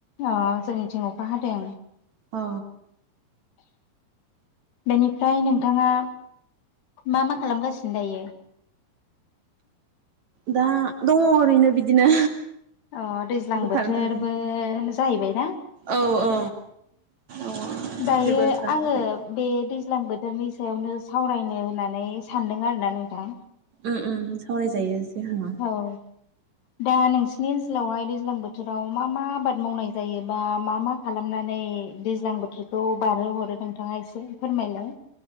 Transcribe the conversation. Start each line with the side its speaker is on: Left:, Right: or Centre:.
Left: अ जोंनिथिं अखा हादों
Right: अ
Left: बेनिफ्राय नोंथाङा मा मा खालामगासिनो दायो
Right: दा दङ ओरैनो बिदिनो
Left: अ दैज्लां बोथोरबो
Right: खालामथाराखै
Left: जाहैबाय ना
Right: औ औ औ
Left: दायो
Right: जेबो खालामथ'वाखै
Left: आङो बे दैज्लां बोथोरनि सायावनो सावरायनो होननानै सानदों आरोोना नोंथां
Right: ओम ओम सावरायजायो जेबो नङा
Left: औ दा नोंसिनि ओनसोलावहाय दैज्लां बोथोराव मा मा आबाद मावनाय जायो बा मा मा खालामनानै दैज्लां बोथोरखौ बारहो हरो नोंथाङा एसे फोरमायलाय